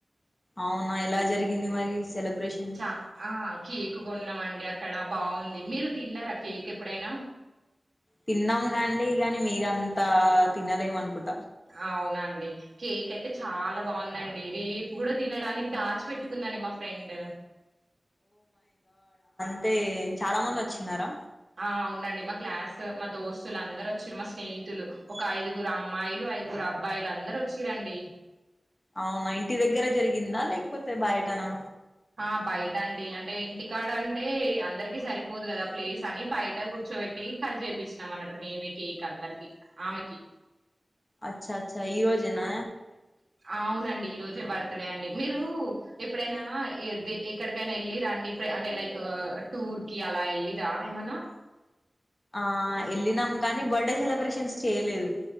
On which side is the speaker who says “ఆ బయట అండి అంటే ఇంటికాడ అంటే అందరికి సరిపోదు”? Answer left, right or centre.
Right